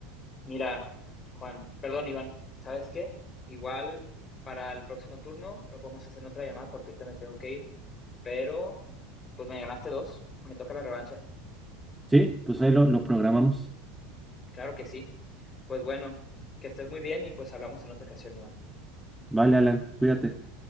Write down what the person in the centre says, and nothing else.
Sí, pues ahí lo, lo programamos.
Vale, Alan, cuídate.